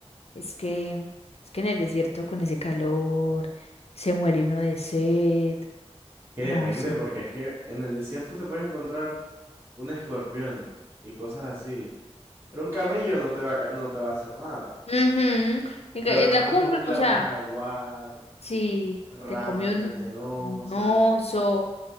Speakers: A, on the left; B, on the right.
A: Es que, es que en el desierto con ese calor se muere uno de sed.
B: Que depende,
A: No, sí.
B: porque es que en el desierto te puedes encontrar un escorpión y cosas así. Pero un camello no te va a, ca- no te va a hacer nada.
A: Ujú. En
B: Pero
A: ca- en
B: en una
A: la cumbre,
B: jungla,
A: o sea,
B: un jaguar,
A: si
B: ranas
A: te comió un,
B: venenosas.
A: un oso,